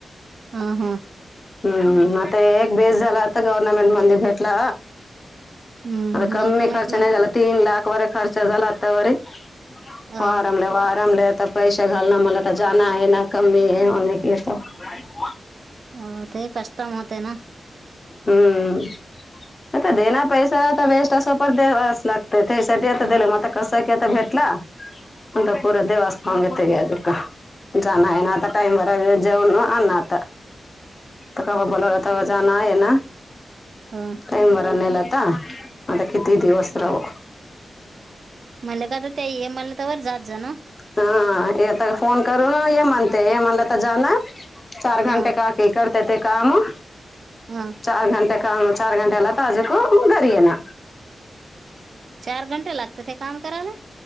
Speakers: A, on the right; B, on the left.
A: हा हा.
B: हुं... आता एक बेस झाला, आता गवर्नमेंट मध्ये भेटला.
A: हम्म
B: आता कम्मी
A: गव्हर्नमेंट
B: खर्चा नाही झाला तीन लाख वर खर्च झाला आता वरी.
A: मग
B: वारमले वारमलेत. तर ता पैसे घाल ना मला तर जाणं आहे ना कम्मी आहेे <unintelligible>
A: हो ते कष्टम होतय ना.
B: हुं.. आता देना पैसा तर वेस्ट असो पर द्यावस लागते तेसाठी आता दिलं मग आता कस की आता भेटला. अंत प पुरा देवास मांगते आहे अ का जाणं आहे ना आता टाइम भरा व जेऊन आण आता. आता
A: हम्म,
B: कवा बोलवला तवा जाणं आहे ना.
A: <unintelligible>
B: टाईम बरा नेलाता, आता किती दिवस राहू?
A: मलेका तर त्या ई एम आलं तवर जात जा ना.
B: हा येता फोन करून ये म्हणते, मला तं जाणं चार घंटे
A: हां
B: का ते करत्या ते कामं,
A: हां
B: चार घंटे काम चार घंटेला ताज <unintelligible> घरी येणं.
A: चार घंटे लागतं ते काम कराला?